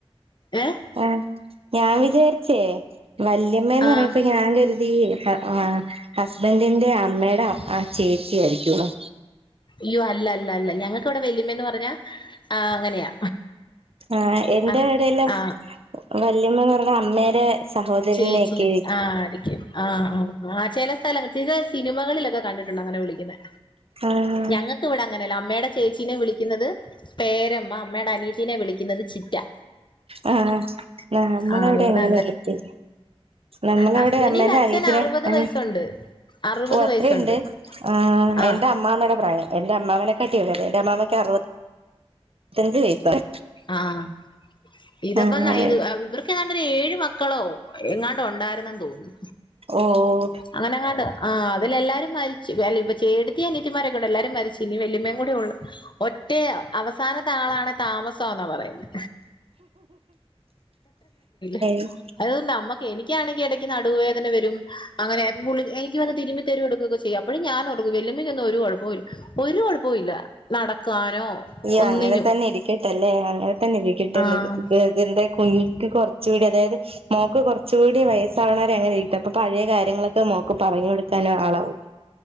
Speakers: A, on the left; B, on the right.
A: ഏഹ്?
B: ആഹ് ഞാൻ വിചാരിച്ചേ വല്ല്യാമ്മേന്ന്
A: ആ
B: പറയ്പ്പേ ഞാൻ കരുതി ആ ഹസ്ബെൻഡിന്റെ അമ്മേടെ ആഹ് ചേച്ചി ആയിരിക്കൂന്ന്
A: അയ്യോ അല്ലല്ലല്ല ഞങ്ങക്ക് ഇവടെ വല്ല്യാമേന്ന് പറഞ്ഞ് ആഹ് അങ്ങനെയാ
B: ആഹ് എന്റെ
A: ആ
B: എടോയെല്ല
A: ആ
B: വല്യമ്മേന്ന് പറഞ്ഞാ അമ്മേടെ സഹോദരനെയൊക്കെ
A: ചേച്ചി ആഹ് ആയിരിക്കും ആഹ് ആഹ് ആഹ് ചെല സ്ഥലങ്ങള് ചില സിനിമകളിലൊക്കെ കണ്ടിട്ടുണ്ട് അങ്ങനെ വിളിക്ക്ന്നേ
B: ആഹ്
A: ഞങ്ങ ക്ക് ഇവടെ അങ്ങനെയല്ല അമ്മേടെ ചേച്ചീനെ വിളിക്ക്ന്നത് പേരമ്മ അമ്മേടെ അനിയത്തിനെ വിളിക്ക്ന്നത് ചിറ്റ
B: ആഹ് ആഹ് നമ്മടെ
A: ആ
B: അവടെയും
A: ഇവിടെ
B: അങ്ങനെ വിളിക്കും നമ്മളെ
A: ഹസ്ബൻഡിന്
B: അവടെ അമ്മേൻ്റെ
A: അച്ഛൻ
B: അനിയത്തിനെ
A: അറുപത്
B: ആഹ്
A: വയസ്സുണ്ട് അറുപത്
B: ഓഹ് അത്രെയിണ്ട്
A: വയസ്സുണ്ട്
B: ആഹ്
A: ആ
B: എന്റെ അ അമ്മാമേടെ പ്രായം എന്റെ അമ്മാമനെക്കാട്ടി എളായതാ എന്റെ അമ്മായ്ക്ക് അറുവത്തഞ്ച് വയസായി
A: ആഹ് ഇത്പ്പേനെ
B: ആഹ്
A: ഇവർ ക്ക് ഏതാണ്ടൊര് ഏഴ് മക്കളോ എങ്ങാണ്ട് ഒണ്ടായിര്ന്നന്ന് തോന്ന്ണ്
B: ഓഹോ
A: അങ്ങനെ എങ്ങാണ്ടാ ആഹ് അതിലെല്ലാരും മരിച്ച് ഇപ്പേ ചേട്ടത്തി അനീത്തിമരൊക്കേ ഒണ്ട് എല്ലാരും മരിച്ച് ഇനി വല്ല്യാമ്മേം കൂടിയൊള്ളു ഒറ്റേ അവസാനത്തെ ആളാണേ താമസമാന്നാ പറയ്ന്നേ <unintelligible>
B: ഉം
A: അത് നമ്മക്ക് എനിക്ക്യാണെങ്കി എടക്ക് നടുവ് വേദന വെരും അങ്ങനെ ഗുളിക എനിക്ക് വന്ന് തിരുമ്മി തെരും എടുക്കേക്ക ചെ യ്യും അപ്പാഴും ഞാനോർക്കും വല്ല്യാമ്മക്കൊന്നും ഒര് കൊഴപ്പൊവുല്ല ഒര് കൊഴപ്പോം ഇല്ല നടക്കാനോ
B: അയ്യോ
A: ഒന്നിനും
B: അങ്ങനെ തന്നെ ഇരിക്കട്ടെ അല്ലേ അങ്ങനെ തന്നെ ഇരിക്കട്ടെന്ന്
A: ആഹ്
B: അതെ അതിന്റെ കുനുട്ട് കൊറച്ചുടി അതായത് മോക്ക് കൊറച്ചൂടി വയസ്സാവണാ വരെ അങ്ങനെ ഇരിക്കട്ടെ അപ്പൊ പഴയ കാര്യങ്ങളൊക്കെ മോക്ക് പറഞ്ഞ് കൊടുക്കാനും ആളാവും